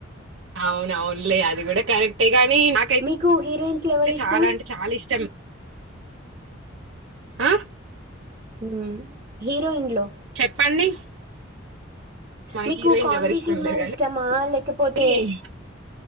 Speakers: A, on the right; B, on the right.
A: అవునవునులే అది కూడా కరెక్టే కాని నాకైతే
B: మీకు హీరోయిన్స్ లో ఎవరు
A: అయితే
B: ఇష్టం
A: చాలా అంటే చాలా ఇష్టం ఆ
B: ఉ హీరోయిన్ లో
A: చెప్పండి మనకి
B: మీకు
A: హీరోయిన్లు
B: కామెడీ
A: ఎవరు ఇష్టం
B: సినిమాలు
A: లేరు
B: ఇష్టమా లేకపోతే
A: కానీ